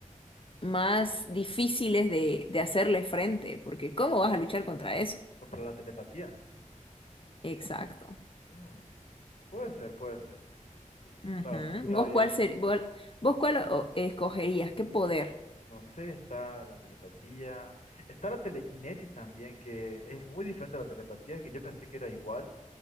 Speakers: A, on the left; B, on the left.
A: más difíciles de, de hacerle frente, porque ¿cómo vas a luchar contra eso?
B: Contra la telepatía.
A: Exacto.
B: Mm, puede ser, puede ser.
A: Ujú.
B: Claro, claro,
A: ¿Vos
B: y
A: cuál
B: ahí,
A: ser, vos, vos cuál o- escogerías? ¿Qué poder?
B: no sé, está la telepatía, está la telequinesis también, que es muy diferente a la telepatía, que yo pensé que era igual.